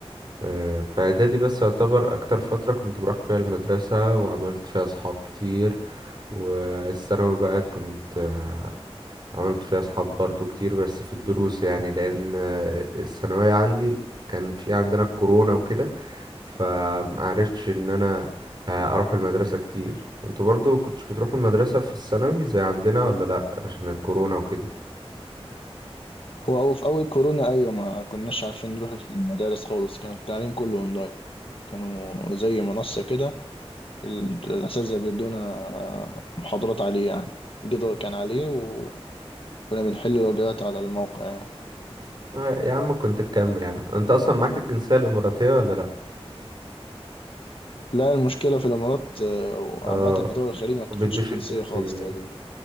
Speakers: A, on the right; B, on the left.
A: آه، في إعدادي بس يعتبر أكتر فترة كنت بروح فيها المدرسة وعملت فيها أصحاب كتير والثانوي بقى كنت عملت فيها أصحاب برضو كتير بس في الدروس يعني لأن آه، الثانوية عندي كان في عندنا الكورونا وكده فمعرفتش إن أنا آه، أروح المدرسة كتير انتوا برضو كنتش بتروحوا المدرسة في الثانوي زي عندنا ولا لأ عشان الكورونا وكده
B: هو هو في أول كورونا أيوة ما كناش عارفين نروح المدارس خالص كان التعليم كله أونلاين كانوا زي منصة كده الأساتذة بيدونا محاضرات عليه يعني الجدول كان عليه وكنا بنحل الواجبات على الموقع يعني
A: آه، يا عم كنت تكمل يا عم انت أصلا معاك الجنسية الإماراتية ولا لأ
B: لا المشكلة في الإمارات آه، وعامة
A: اه
B: في دول الخليج ما بتاخدش
A: ما بيدوش
B: الجنسية
A: الجنسية
B: خالص تقريبا